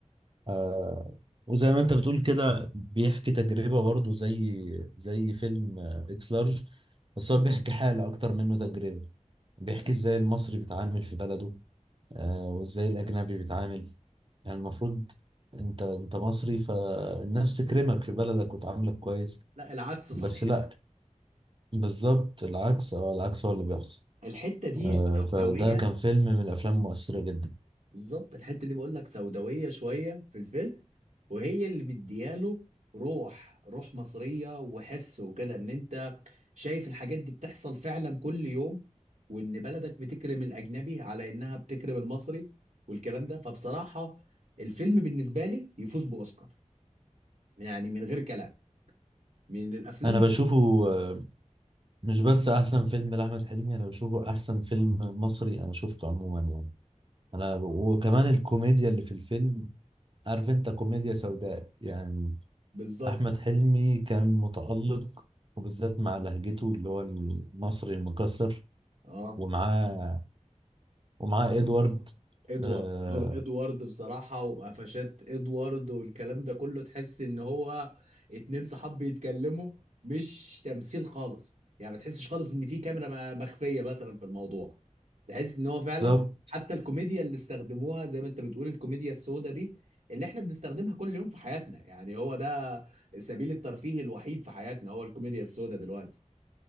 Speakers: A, on the right; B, on the right.
A: آه وزي ما انت بتقول كده بيحكي تجربة برضه زي زي فيلم آه، اكس لارج بس هو بيحكي حالة اكتر منه تجربة بيحكي ازاي المصري بيتعامل في بلده آه وازاي الاجنبي بيتعامل يعني المفروض انت انت مصري فالناس تكرمك في بلدك وتعاملك كويس
B: لا العكس صحيح
A: بس لا بالظبط العكس اه العكس هو اللي بيحصل
B: الحتة دي
A: آه
B: سوداوية
A: فده كان فيلم من الافلام المؤثرة جدا
B: بالظبط الحته دي بقول لك سوداويه شويه في الفيلم وهي اللي مدياله روح روح مصريه وحس وكده ان انت شايف الحاجات دي بتحصل فعلا كل يوم وان بلدك بتكرم الاجنبي على انها بتكرم المصري والكلام ده فبصراحه الفيلم بالنسبه لي يفوز باوسكار يعني من غير كلام من الافلام
A: انا بشوفه آه، مش بس احسن فيلم لاحمد حلمي انا بشوفه احسن فيلم مصري انا شفته عموما يعني انا وكمان الكوميديا اللي في الفيلم عارف انت كوميديا سوداء يعني
B: <laughs> بالظبط
A: احمد حلمي كان متالق وبالذات مع لهجته اللي هو المصري المكسر
B: اه
A: ومعاه ومعاه ادوارد
B: ادوارد
A: آه،
B: دور ادوارد بصراحة وقفشات ادوارد والكلام ده كله تحس ان هو اتنين صحاب بيتكلموا مش تمثيل خالص يعني ما تحسش خالص ان في كاميرا م- مخفية مثلا في الموضوع تحس ان هو فعلا
A: بالظبط
B: حتى الكوميديا اللي استخدموها زي ما انت بتقول الكوميديا السوداء دي اللي احنا بنستخدمها كل يوم في حياتنا يعني هو ده سبيل الترفيه الوحيد في حياتنا هو الكوميديا السوداء دلوقتي